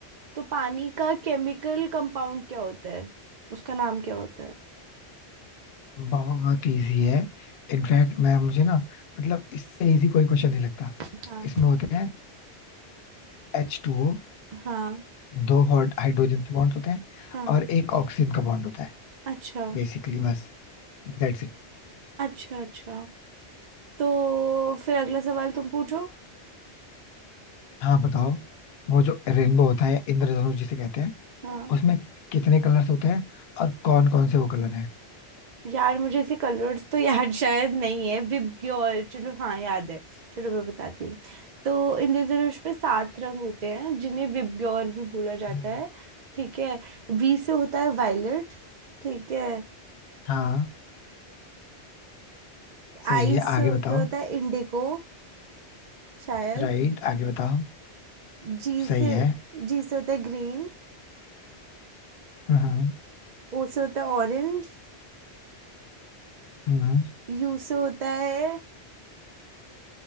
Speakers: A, on the right (about 55°); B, on the left (about 70°).
A: तो पानी का केमिकल कंपाउंड क्या होता है उसका नाम क्या होता है
B: बहुत इजी है इनफैक्ट मैं मुझे ना मतलब इससे इजी कोई क्वेश्चन नहीं लगता
A: हाँ
B: इसमें होते हैं एच टू ओ
A: हाँ
B: दो हाइड्रोजन के बॉन्ड होते हैं
A: हाँ
B: और एक ऑक्सीजन का बॉन्ड होता है
A: अच्छा
B: बेसिकली बस दैट्स इट
A: अच्छा अच्छा तो फिर अगला सवाल तुम पूछो
B: हाँ बताओ वो जो रेनबो होता है या इंद्रधनुष जिसे कहते हैं
A: हाँ
B: उसमें कितने कलर्स होते हैं और कौन कौन से वो कलर हैं
A: यार मुझे ऐसे कलर्स तो याद शायद नहीं है विबग्योर चलो हाँ याद है चलो मैं बताती हूँ तो इंद्रधनुष पे सात रंग होते हैं जिन्हें विबग्योर भी बोला जाता
B: हम्म।
A: है ठीक है वी से होता है वायलेट ठीक है
B: हाँ सही
A: आई
B: है
A: से
B: आगे
A: होते
B: बताओ
A: होता है इंडिगो शायद
B: राइट आगे बताओ
A: जी
B: सही
A: से
B: है
A: जी से होता है ग्रीन
B: हम्म हम्म
A: ओ से होता है ऑरेंज
B: हम्म।
A: यू से होता है